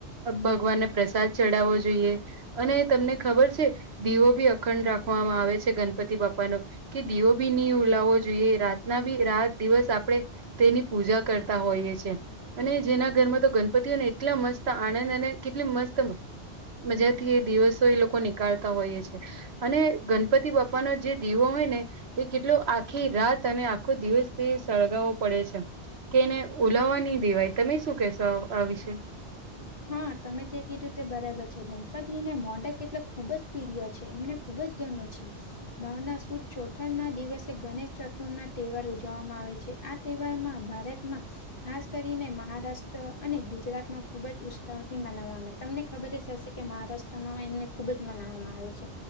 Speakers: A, on the right; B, on the left.
A: ભગવાનને પ્રસાદ ચડાવવો જોઈએ. અને તમને ખબર છે દીવો ભી અખંડ રાખવામાં આવે છે ગણપતિ બાપાનો કે દીવો બી નહી ઉલા જોઈએ રાતના બી રાત દિવસ આપણે તેની પૂજા કરતા હોઈએ છે. અને જેના ઘરમાં તો ગણપતિઓને એટલા મસ્ત આનંદ અને કેટલી મસ્ત મજાથી એ દિવસો એ લોકો નીકળતા હોઈએ છે અને ગણપતિ બાપાનો જે દીવો હોય ને એ કેટલો આખી રાત અને આખો દિવસથી સળગાવવો પડે છે. કે એને ઓલાવવા નહી દેવાય, તમે શું કેહેશો આ વિશે?
B: હા તમે જે કીધું તે બરાબર છે. ગણપતિને મોડક એટલે ખુબ જ પ્રિય છે એમને ખુબ જ ગમે છે. ભાવના સુદ ચોથા ના દિવસે ગણેશ ચતુર ના તહેવાર ઉજવવામાં આવે છે. આ તહેવારમાં ભારતમાં ખાસ કરીને મહારાષ્ટ્ર અને ગુજરાતમાં ખુબ જ ઉત્સવથી મનાવ આવે તમને ખબર જ હશે કે મહારાષ્ટ્રમાં એમને ખુબ જ મનાવવામાં આવે છે.